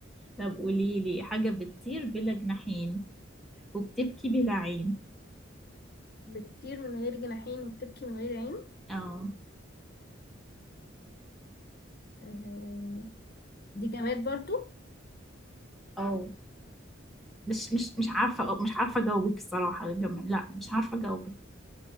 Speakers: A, in the centre; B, on the left.
A: طب قولي لي حاجه بتطير بلا جناحين وبتبكي بلا عين
B: بتطير من غير جناحين وبتبكي من غير عين
A: اه
B: آه دي جماد برضو
A: اه مش مش مش عارفه مش عارفه اجاوبك الصراحه جم... لا مش عارفه اجاوبك